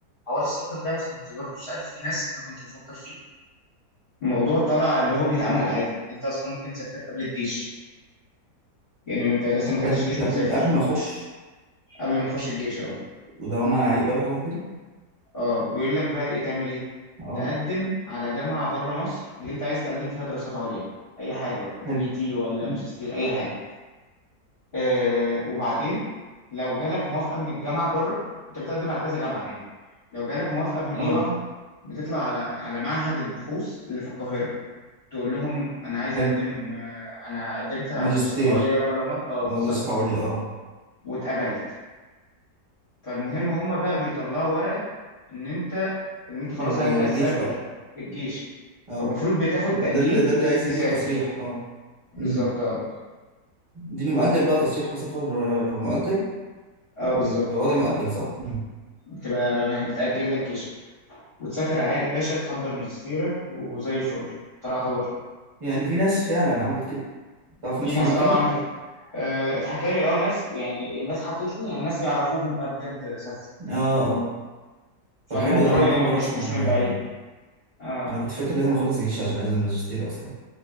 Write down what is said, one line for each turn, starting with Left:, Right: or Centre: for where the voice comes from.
Left: حوار السفر ده انا كنت برضه سألت في ناس انا كنت بفكر فيه الموضوع طلع ان هو بيتعمل عادي انت اصلا ممكن تسافر قبل الجيش يعني ما انت لسه ما
Right: بجد
Left: دخلتش جيش وتسافر
Right: قبل قبل ما اخش
Left: قبل ما تخش الجيش اه
Right: وده هما هيقبلوا حاجه زي كده
Left: اه بيقول لك بقى ايه تعمل ايه
Right: اه
Left: تقدم على جامعة بره مصر اللي انت عايز تقدم فيها دراسات عليا اي حاجة بقى دي
Right: حلو
Left: بي تي ولا
Right: مم.
Left: ماجستير اي حاجة آه وبعدين لو جالك موافقة من الجامعة بره انت بتقدم على كذا جامعة يعني لو جالك موافقة من اي
Right: اه
Left: واحدة بتطلع على على معهد البحوث اللي في القاهرة تقول لهم انا عايز
Right: حلو
Left: اقدم آه، انا قدمت دراسات
Right: ماجستير
Left: عليا بره اه
Right: اه
Left: بالظبط
Right: دراسات عليا اه
Left: واتقبلت فالمهم هم بقى بيطلعوا ورقة ان انت ان انت خلاص
Right: لل...
Left: انت عايز
Right: للجيش
Left: تسافر
Right: بقى
Left: للجيش
Right: اه
Left: فالمفروض بتاخد
Right: ده
Left: تأجيل
Right: اللي ده اللي عايز
Left: تسافر
Right: يديله تصريح اه امم
Left: بالظبط اه
Right: يديله مؤجل بقى تصريح بسفر آه، مؤجل
Left: اه
Right: بيبقى
Left: بالظبط
Right: وضع مؤجل صح مم.
Left: بتبقى م- متأجل لك جيشك وتسافر عادي يا باشا تحضر ماجستيرك وزي الفل طلعت بره
Right: يعني في ناس فعلا عملت كده تعرف
Left: في
Right: ناس
Left: ناس
Right: عملت
Left: اه
Right: كده
Left: عملت آه، اتحكى لي اه ناس يعني الناس حكت لي يعني الناس يعرفوهم بقى بجد سافروا
Right: اه اه طب
Left: فالموضوع
Right: حلو ده انا
Left: يعني
Right: اول مره
Left: مش
Right: اسمع
Left: مش
Right: ال...
Left: من بعيد اه
Right: انا كنت فاكر لازم اخلص جيش عشان انزل ماجستير اصلا